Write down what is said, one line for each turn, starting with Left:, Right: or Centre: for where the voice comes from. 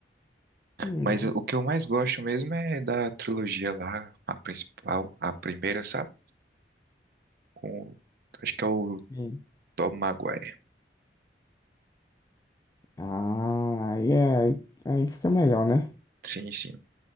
Left: Hum.
Right: Mas o que eu mais gosto mesmo é da trilogia lá, a principal, a primeira, sabe? Com, acho que é o
Left: hum.
Right: Tom Maguire.
Left: Ah, aí é, aí fica melhor, né?
Right: Sim, sim.